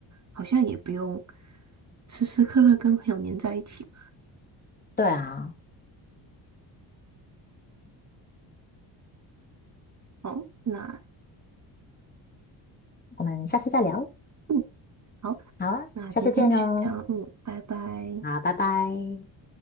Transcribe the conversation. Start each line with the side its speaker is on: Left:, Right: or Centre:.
Right: 好像也不用时时刻刻跟朋友黏在一起嘛。
Left: 对啊，
Right: 好，那
Left: 我们下次再聊。
Right: 嗯，好，
Left: 好啊，
Right: 那今天就先这样，
Left: 下次见喽。
Right: 嗯，拜拜。
Left: 好，拜拜。